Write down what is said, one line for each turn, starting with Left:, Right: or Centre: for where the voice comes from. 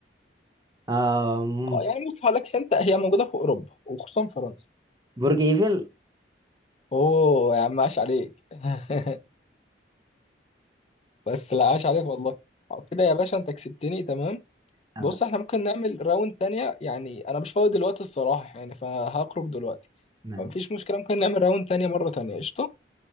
Right: آم،
Left: اه يعني بص هقول لك انت هي موجودة في أوروبا وخصوصا فرنسا
Right: برج إيفل
Left: اوه يا عم عاش عليك <laughs> بس لا عاش عليك والله أه، كده يا باشا انت كسبتني تمام
Right: آه،
Left: بص احنا ممكن نعمل راوند تانية يعني انا مش فاضي دلوقتي الصراحة يعني فهخرج دلوقتي
Right: ما-
Left: فمفيش مشكلة ممكن نعمل راوند تانية مرة تانية قشطة